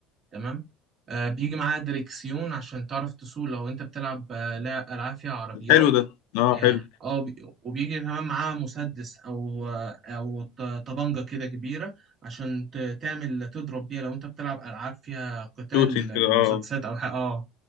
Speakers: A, on the right (about 40°); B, on the left (about 65°).
A: تمام آه، بيجي معاها دريكسيون عشان تعرف تسوق لو انت بتلعب آه، لع- العاب فيها عربيات
B: حلو ده اه
A: اه
B: حلو
A: آه، وبي- وبيجي كمان معاها مسدس او آه، او ط- طبنجه كده كبيره عشان ت- تعمل تضرب بيها لو انت بتلعب العاب فيها قتال
B: شوتينج كده
A: بالمسدسات
B: اه آه.
A: او ح- اه